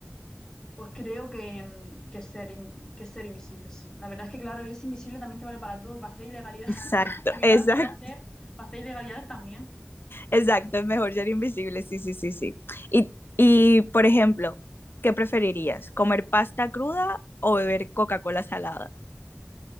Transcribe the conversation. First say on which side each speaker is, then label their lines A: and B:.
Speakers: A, on the left; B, on the left.
A: Pues creo que, mm, que ser, in- que ser invisible, sí. La verdad es que, claro, eres invisible también te vale para todo, para hacer ilegalidades,
B: Exacto,
A: <laughs> y que
B: exacto,
A: no las vayas a hacer, para hacer ilegalidades también.
B: exacto. Es mejor ser invisible, sí, sí, sí, sí. Y, y, por ejemplo, ¿qué preferirías? ¿Comer pasta cruda o beber Coca-Cola salada?